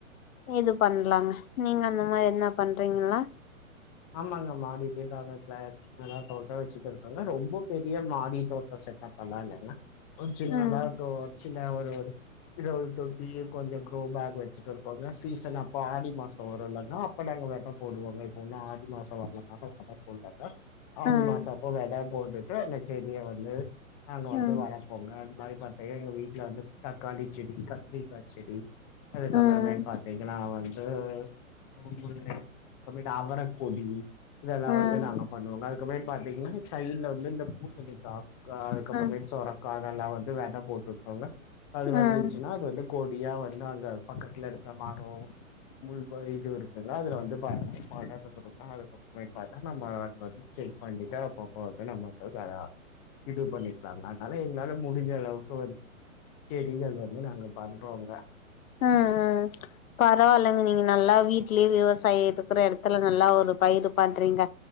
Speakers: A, on the left; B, on the left.
A: இது பண்ணலாங்க நீங்க அந்த மாரி எத்னா பண்றீங்களா
B: ஆமாங்க மாடிலே காபௌண்ட்ல வச்சி நல்லா தோட்டம் வச்சுட்டு இருக்காங்க ரொம்ப பெரிய மாடி தோட்டம் செட்டப்பல்லா இல்லங்க ஒரு சின்னதாக்கும்
A: ம்
B: ஒரு சின்ன ஒரு ஒரு இறவது தொட்டி கொஞ்சம் க்ரோ பேக் வச்சுட்டு இருக்கோங்க சீசன் அப்ப ஆடி மாசம் வரும் இலன்னா அப்ப நாங்க வெத போடுவாங்க இப்ப ஒன்னும் ஆ டி மாசம் வரலனால வெத போட்லங்க ஆடி
A: ம்
B: மாசப்போ வெத போட்டுட்டு அந்த செடிய வந்து நாங்க
A: ம்
B: வந்து வளர்ப்போங்க அது மாரி பாத்தீங்க எங்க வீட்டுல வந்து தக்காளி செடி கத்திரிக்கா செடி அதுக்கப்புறமேட்
A: ம்
B: பாத்தீங்கன்னா வந்து <unintelligible> அவரக் கொடி இதெல்லா
A: ம்
B: வந்து நாங்க பண்ணுவோங்க அதுக்கப்மேட் பாத்தீங்கன்னா சைட்ல வந்து இந்த பூசணிக்கா அதுக்கப்புறமேட்
A: ம்
B: சொரக்கா அதெல்லாம் வந்து வெத போட்டுருக்கோங்க அது
A: ம்
B: வந்துச்சுன்னா அது வந்து கொடியா வந்து அங்க பக்கத்துல இருக்க மரோ முள் போயிட்டு இருக்குங்க அதுல வந்து பட பட அதுக்கப்புற அதுக்கப்புறம் பாத்தா நம்ம அத வந்து செக் பண்ணிட்டு அப்பப்ப வந்து நம்மக்கு இடு பண்ணிருதாங்க அதனால எங்களால முடிஞ்ச அளவுக்கு வந்து தெரியலனு அங்க பாத்துகோங்க
A: உம் உம் பரவாயில்ங்க நீங்க நல்லா வீட்லயே விவசாய இருக்கற இடத்துல நல்லா ஒரு பயிர் பண்றீங்க